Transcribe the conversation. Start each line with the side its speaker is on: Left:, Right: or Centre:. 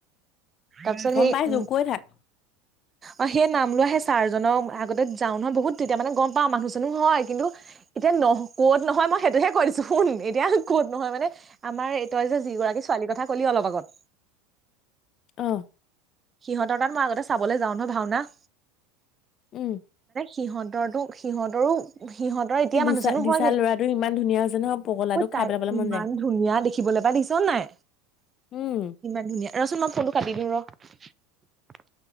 Right: তা পাছত
Left: গম
Right: সেই
Left: পাইছো
Right: উম
Left: কৈ থাক
Right: অ সেই নাম লোৱা সেই ছাৰজনৰ আগতে যাও নহয় বহুত তেতিয়া মানে গম পাওঁ মানুহ জনুহ হয় কিন্তু এতিয়া ন কত নহয় মই সেইটোহে কৈ দিছো <unintelligible> নহয় মানে আমাৰ এই তই যে যি গৰাকী ছোৱালীৰ কথা কলি অলপ আগত
Left: অহ
Right: সিহঁতৰ তাত মই আগতে চাবলৈ যাওঁ নহয় ভাওনা
Left: উম
Right: সিহঁতৰটো সিহঁতৰো সিহঁতৰ এতিয়া
Left: এই দুচা
Right: মানুহ চানোহ
Left: দিচা
Right: হোৱাকে
Left: ল'ৰাটো ইমান ধুনীয়া হৈছে নহয় পগলাটো খাই
Right: তাই
Left: পেলাবলৈ
Right: ইমান
Left: মন যায়
Right: ধুনীয়া দেখিবলৈ পাই দেখিছ নাই
Left: উম।
Right: ইমান ধুনীয়া। ৰহচোন ৰহ মই ফুনটো কাটি দিও ৰহ।